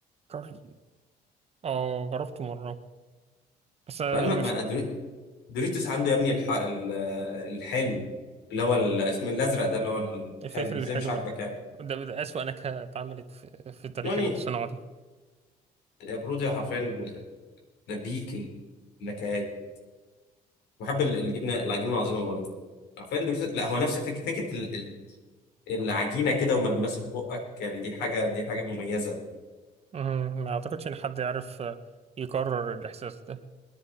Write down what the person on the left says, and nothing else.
بعد ما
ما دوريتوس عنده يا ابني الح... ال- الحلو اللي هو ال- اسمه الازرق ده اللي هو الحلو
ازاي
مش عاجبك يعني
يعني
يا برودي حرفيا بيك النكهات بحب ال- الجبنه العجينه العظيمه برضه حرفيا دوريتوس لا هو نفس فك... فكره ال... ال- العجينه كده وملمسها في بقك يعني دي حاجه دي حاجه مميزه